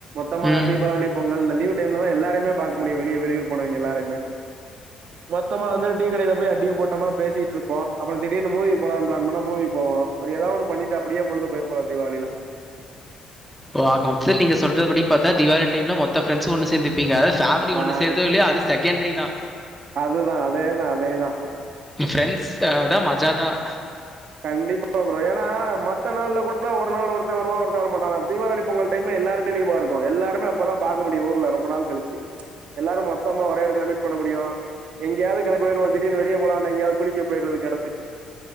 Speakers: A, on the right (about 65°); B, in the centre.
A: சுத்தமா
B: ம்.
A: தீபாவளி பொங்கல் இந்த லீ் டைம்லதா எல்லாருமே பாக்க முடியு வெளிய வெளியூர் போனவங்க எல்லாரையுமே மொத்தமா வந்து டீ கடைய போய் அடிய போட்டமா பேசிட்டுருப்போ அப்பற திடீர்னு மூவி போலானு பிளான் பண்ணா மூவி போவோ அப்டி ஏதா ஒண்ணு பண்ணிட்டு அப்டியே பொழுது போயிரு போலா தீபாவளிலா
B: ஆகமொத்துல நீங்க சொல்ற படி பாத்தா தீவாளி டைம்ல மொத்த ஃப்ரண்ட்ஸ்சு ஒன்னு சேந்துப் ப்பீங்க அதது ஃபேமிலி
A: ஆ
B: ஒண்ணு சேருதோ இல்லையோ அது செகண்டரிதா
A: அதுதா அதேதா அதேதா
B: என் ஃப்ரெண்ட்ஸ் தான் மஜாத தான்
A: கண்டிப்பா ப்ரோ ஏனா மத்த நாள்ல கூட ஒரு நாள் ஒருத்தன் வருவா ஒருத்தன் வர மாட்டா ஆனா தீபாவளி பொங்கல் டைம்ல எல்லாருக்கும் லீவாருக்கும் எல்லாருமே அப்பதான் பாக்க முடியும் ஊர்ல ரொம்ப நாள் கழிச்சு எல்லாரும் மொத்தமா ஒரே எடத்துல மீட் பண்ண முடியும் எங்கயாவது கெள போயிட வ திடீனு வெளிய போலான்டா எங்கயாது குளிக்க போய்ட்றது கெணத்துக்கு